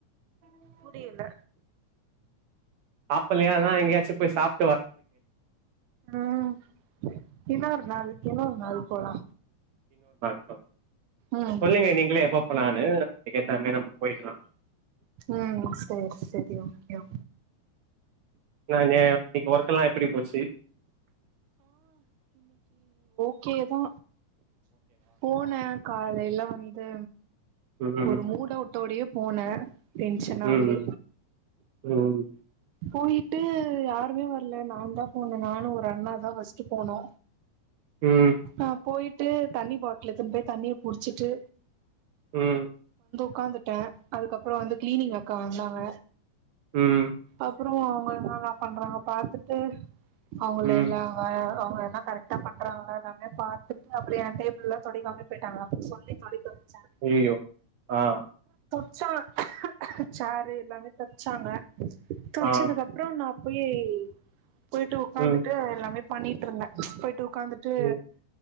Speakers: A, on the right (about 85°); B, on the right (about 70°).
A: புரியல
B: சாப்பலையானா எங்யாச்சு போய் சாப்
A: ம் இன்னொரு நாள் இன்னொரு நாள் போலா
B: ஆ
A: ம்
B: சொல்லுங்க நீங்களே எப்ப போலான்னு அதுக்கு ஏத்தா மேர் நம்ம போய்க்லா
A: ம் சேரி சேரி ஓகே ஓ
B: நானே இன்னிக்கி ஒர்க்கெல்லா எப்பிடி போச்சி
A: ஓ கேதா போன காலேல வந்து
B: ம்
A: ஒரு மூடவுட்டோடையே போனே டென்ஷனாவே
B: ம் ம்
A: போயிட்டு யாருமே வர்ல நாந்தா போனே நானும் ஒர் ஃப்ரண்டாதா ஃபஸ்டு போனோ
B: ம்
A: ஆ போய்ட் டு தண்ணி பாட்டில் எடுத்துன் போய் தண்ணிய புடிச்சிட்டு
B: உம்
A: க்காந்துட்ட அதுக்கப்பற வந்து கிளீனிங் அக்கா வந்தாங்க
B: உம்
A: அப்றோ அவங்க என்னல்லா பண்றாங்க பாத்துட்டு அவுங்கள்ல
B: ம்
A: எல்லா அவ்ங்க எல்லா கரெக்டா பண்றாங்களா எல்லாமே பாத்திட்டு அப்டியே யான் டேபுள்ள தொடைக்காம்லே பெயிட்டாங்க அப்ற சொல்லி தொடைக்க வச்சே
B: ஐய்யயோ ஆ
A: ச்சா ச்சேரு எல்லாமே தொடச்சாங்க தொடச்சதுக்கு
B: ஆ
A: அப்றம் நா போயி போயிட்டு உட்காந்துட்டு
B: ம்
A: எல்லாமே பண்ணிட்டு இருந்த போயிட் உக்காந்துட்டு
B: ம்